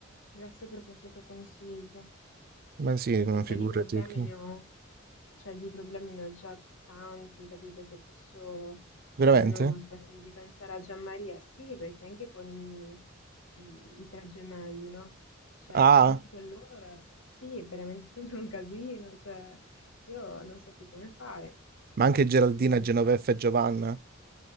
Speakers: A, on the left (about 75°); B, on the right (about 45°).
A: grazie per questo tuo consiglio.
B: Ma sì, ma
A: Che poi
B: figurati,
A: di problemi
B: che-
A: ne ho, cioè di problemi ne ho già tanti, capito? Se posso
B: veramente?
A: almeno smettere di pensare a Gianmaria, sì, perché anche con i, i- i tre gemelli, no? Cioè,
B: Ah.
A: anche con loro, sì, è veramente sempre un casino, cioè, io non so più come fare.
B: Ma anche Geraldina,
A: Non...
B: Genoveffa e Giovanna?